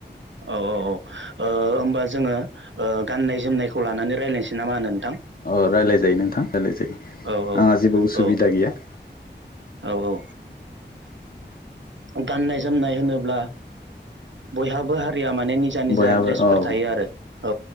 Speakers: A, on the right; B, on the left.
A: औ औ ओ होमबा जोङो गाननाय जोमनायखौ लानानै रायज्लायनोसै ना मा होनों?
B: औ रायजलाय जायो नोंथां रायलाय जायो
A: औ औ
B: आंहा जेबो उसुबिदा गैया।
A: औ औ ओ गाननाय -जोमनाय होनोब्ला बयहाबो हा रिया माने निजा निजा
B: बयहाबो
A: द्रेसफोर
B: औ
A: थायो
B: औ
A: आरो औ